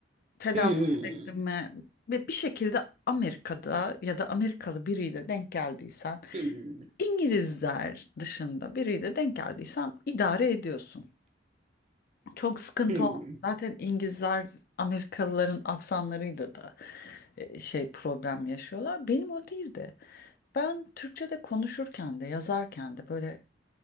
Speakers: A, on the left; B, on the right.
A: telaffuz
B: Hmm,
A: ettim mi ve bir şekilde Amerika'da ya da Amerikalı biriyle denk geldiysen,
B: hmm,
A: İngilizler dışında biriyle denk geldiysen idare ediyorsun. Çok sıkıntı
B: hmm.
A: oldu. Zaten İngilizler Amerikalıların aksanlarıyla da e, şey problem yaşıyorlar. Benim o değildi. Ben Türkçe'de konuşurken de yazarken de böyle